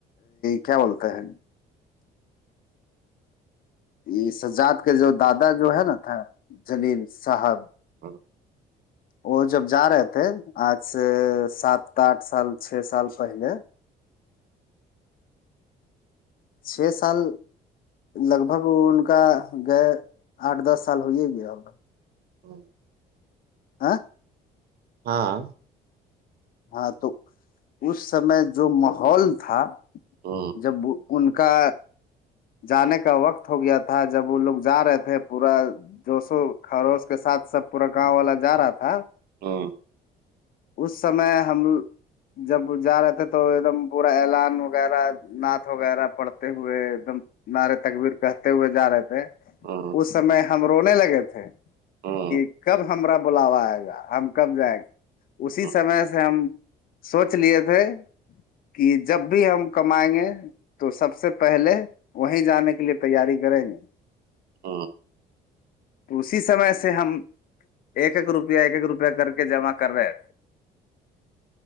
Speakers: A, on the left (about 60°); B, on the right (about 70°).
A: کیا بولتا ہے یہ سجاد کا جو دادا جو ہے نا تھا جلیل صاحب
B: ہاں
A: وہ جب جا رہے تھے آج سے سات آٹھ سال چھ سال پہلے چھ سال لگ بھگ ان کا گئے آٹھ دس سال ہو ہی گیا ہوگا
B: ہوں،
A: ہاں
B: ہاں
A: ہاں تو اس سمے جو محول تھا
B: ہوں
A: جب ان کا جانے کا وقت ہو گیا تھا جب وہ لوگ جا رہے تھے پورا جوشو خروش کے ساتھ سب پورا گاؤں والا جا رہا تھا
B: ا
A: اس سمے ہم جب جا رہے تھے تو ایک دم پورا اعلان وغیرہ نعت وغیرہ پڑھتے ہوئے ایک دم نعرے تقبیر کہتے ہوئے جا رہے تھے
B: ہوں
A: اس سمے ہم رونے لگے تھے
B: ہوں
A: کہ کب ہمرا بلاوا آئے گا ہم کب جائیں گے اس
B: ہوں
A: سمے سے ہم سوچ لیے تھے کہ جب بھی ہم کمائیں گے تو سب سے پہلے وہیں جانے کے لیے تیاری کریں گے
B: ہاں
A: اسی سمے سے ہم ایک ایک روپیہ ایک ایک روپیہ کر کے جمع کر رہے